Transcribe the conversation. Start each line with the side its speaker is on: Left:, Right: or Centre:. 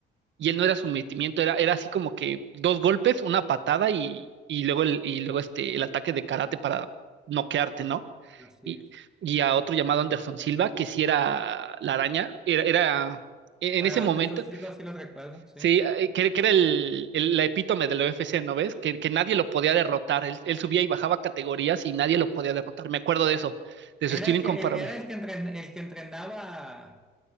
Right: Y él no era sometimiento, era, era así como que dos golpes, una patada y, y luego, el, y luego este, el ataque de karate para noquearte, ¿no?
Centre: Así
Right: Y,
Centre: es.
Right: y a otro llamado Anderson Silva, que sí era la araña, era, era e, en
Centre: Anderson
Right: ese momento
Centre: Silva sí lo recuerdo, sí.
Right: Sí, eh, que, que era el, el- la epítome de la UFC, ¿no ves? Que, que nadie lo podía derrotar. Él, él subía y bajaba categorías y nadie lo podía derrotar. Me acuerdo de eso, de su estilo
Centre: Era el
Right: incomparable.
Centre: que, el- era el que, entren- el que entrenaba